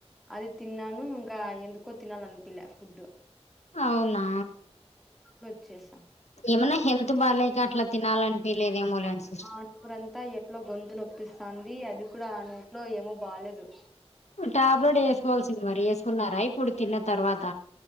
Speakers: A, in the centre; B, on the left.
A: అది తిన్నాను ఇంకా ఎందుకో తినాలి అనిపిలే ఫుడ్
B: అవునా
A: వచ్చేసా
B: ఏమన్నా హెల్త్ బాలేక అట్లా తినాలని పిలేదు ఏమోలె ఆనేసి
A: ఆ నూరంతా ఎట్లా గొంతు నొప్పిస్తుంది అది కూడా ఆ నూట్లో ఏమో బాలేదు
B: ట్యాబ్లెట్ వేసుకోవాల్సింది మరి వేసుకున్నారా ఇప్పుడు తిన్న తర్వాత